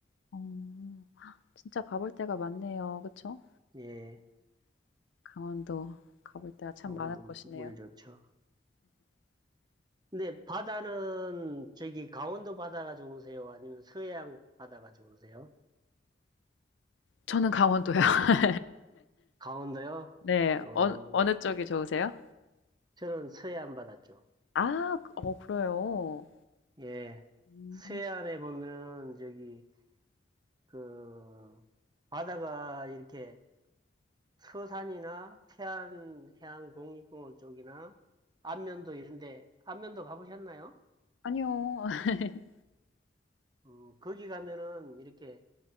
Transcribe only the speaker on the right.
예.
강원도
물 좋죠. 근데 바다는 저기 강원도 바다가 좋으세요? 아니면 서해안 바다가 좋으세요?
강원도요?
어,
저는 서해안 바다 쪽.
예.
서해안에 보면은 저기 그 바다가 이렇게 서산이나 태안 해안국립공원 쪽이나 안면도 이런데 안면도 가보셨나요?
음, 거기 가면은 이렇게